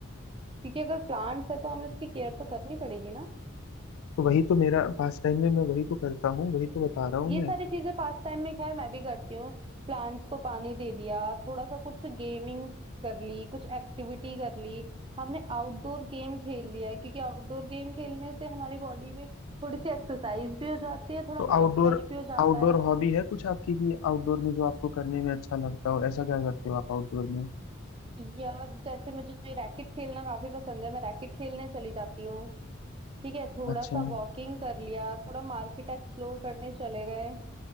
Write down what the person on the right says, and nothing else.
क्योंकि अगर प्लांट्स है तो हमें उसकी केयर तो करनी पड़ेगी ना
ये
सारी चीजें पास टाइम में खैर मैं भी करती हूँ प्लांट्स को पानी दे दिया थोड़ा सा कुछ गेमिंग कर ली कुछ एक्टिविटी कर ली हमने आउटडोर गेम खेल लिया है क्योंकि आउटडोर गेम खेलने से हमारी बॉडी में थोड़ी सी एक्सरसाइज भी हो जाती है थोड़ा
माइंड
फ्रेश भी हो जाता
है
यार जैसे मुझे रैकेट खेलना काफी पसंद है मैं रैकेट खेलने चली जाती हूँ ठीक है थोड़ा
सा वॉकिंग कर लिया थोड़ा मार्केट एक्सप्लोर करने चले गए